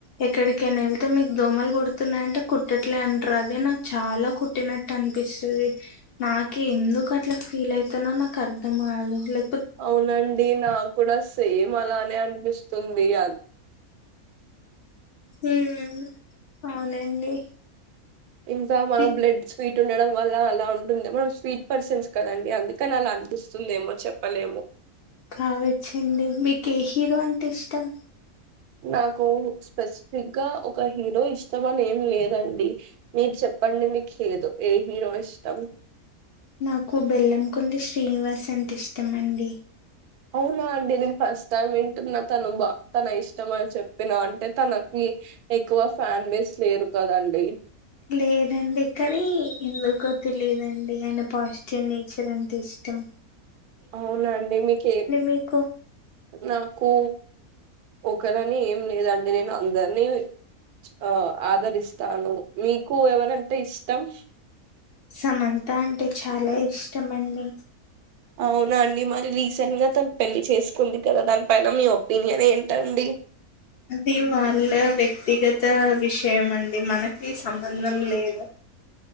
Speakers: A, on the left; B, on the right.
A: ఎక్కడికైనా వెళ్తే మీకు దోమలు కుడుతున్నాయంటే కుట్టట్లే అంటారు అదే నాకు చాలా కుట్టినట్టు అనిపిస్తుంది నా నాకి ఎందుకు అట్లా ఫీల్ అయితనో నాకు అర్థం కాదు లె
B: అవునండి నా కూడా సేమ్ అలానే అనిపిస్తుంది అ
A: ఉమ్మ్ అవునండి
B: ఇంకా మన
A: మీ
B: బ్లడ్ స్వీట్ ట్ ఉండడం వల్ల అలా ఉంటుంది మనం స్వీట్ పర్సన్స్ కదండి అందుకని అలా అనిపిస్తుందేమో చెప్పలేము
A: కావచ్చండి మీకి ఏ హీరో అంటే ఇష్టం
B: నాకు స్పెసిఫిక్గా ఒక హీరో ఇష్టమని ఏం లేదండి మీర్ చెప్ ప్పండి మీకు ఏదు ఏ హీరో ఇష్టం
A: నాకు బెల్లం కొండ శ్రీనివాస్ అంటే ఇష్టమండి
B: అవునా అండి నేను ఫస్ట్ టైం వింటున్నా తను బా తన ఇష్టం అని చెప్పినా అంటే తనకి కి ఎక్కువ ఫ్యాన్ బెస్ లేరు కదండి
A: లేదండి కానీ ఎందుకో తెలిదండి ఆయన పాజిటివ్ నేచర్ అంటే ఇష్ టం
B: అవునండి మీకేం
A: మీకు
B: నాకు ఒకలని ఏం లేదంటే నేను అందరినీ ఆ ఆదరిస్తాను మీకు ఎవరంటే ఇష్టం
A: సమంత అంటే చాలా ఇష్టమండి
B: అవునా అండి మరి రీసెంట్ గా తను పెళ్లి చేసుకుంది కదా దానిపైన మీ ఒపీనియన్ ఏంటండి
A: అది వాళ్ళ వ్యక్తిగత విషయం అండి మనకి సంబంధం లేదు